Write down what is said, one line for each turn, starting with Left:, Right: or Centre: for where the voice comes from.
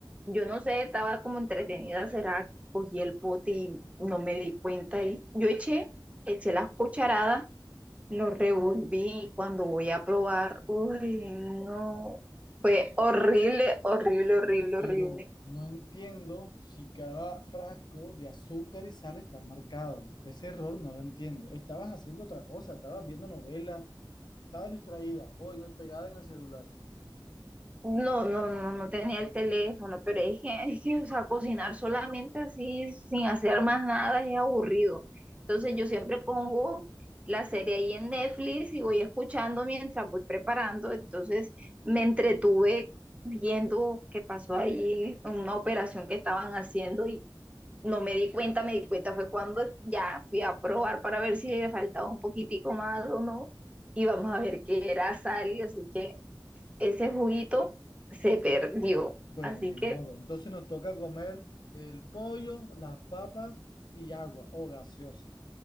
Right: Yo no sé, estaba como entretenida, ¿será cogí el pote y no me di cuenta y yo eché, eché las cucharadas, lo revolví y cuando voy a probar, uy, no, fue horrible, horrible, horrible, horrible.
Left: Pero no entiendo si cada frasco de azúcar y sal está marcado. Ese error no lo entiendo. Estabas haciendo otra cosa, estabas viendo novela, estabas distraída o en el, pegada en el celular.
Right: No, no, no, no tenía el teléfono, pero es que, es que, o sea, cocinar solamente así, sin hacer más nada, es aburrido. Entonces yo siempre pongo la serie ahí en Netflix y voy escuchando mientras voy preparando. Entonces me entretuve viendo qué pasó allí, una operación que estaban haciendo y no me di cuenta, me di cuenta fue cuando ya fui a probar para ver si le faltaba un poquitico más o no. Y vamos a ver qué era sal, así que ese juguito se perdió.
Left: Bueno,
Right: Así
Left: ni
Right: que,
Left: modo. Entonces nos toca comer el pollo, las papas y agua o gaseosa.